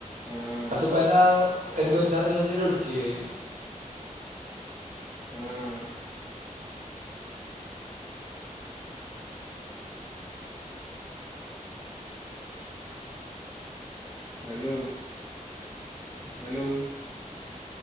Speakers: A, on the left; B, on the right.
A: हां
B: आ तू पहिला एक -दोन चार दिवस लेट उटचील
A: हां हॅलो. हॅलो.